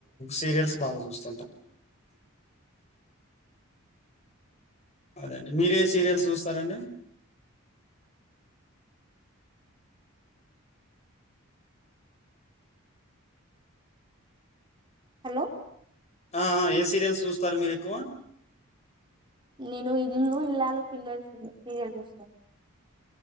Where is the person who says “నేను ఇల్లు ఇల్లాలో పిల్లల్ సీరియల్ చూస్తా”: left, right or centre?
Right